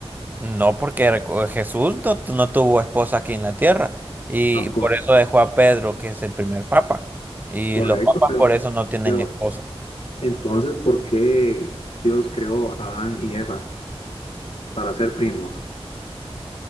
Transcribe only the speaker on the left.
Ah,
cor-
correcto,
pero,
pero
entonces, ¿por qué Dios creó a Adán y Eva para ser primos?